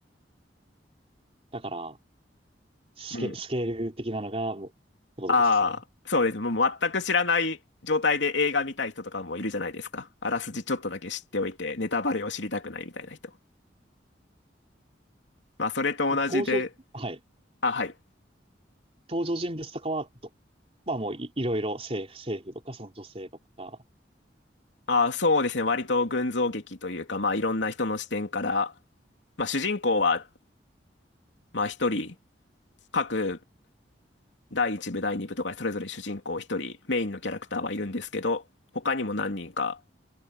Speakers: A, on the right; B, on the left.
A: だから、スケ、
B: うん。
A: スケール的なのが、もうってことですよね。
B: ああ、そうです。もう全く知らない状態で映画見たい人とかもいるじゃないですか。あらすじちょっとだけ知っておいて、ネタバレを知りたくないみたいな人。まあそれと同じで、
A: え登場、はい。
B: あ、はい。
A: 登場人物とかはど、まあもうい、いろいろ政府、政府とかその女性とか、
B: あ、そうですね。割と群像劇というか、まあいろんな人の視点から、まあ主人公は、まあ一人、各第一部、第二部とかそれぞれ主人公一人、メインのキャラクターはいるんですけど、他にも何人か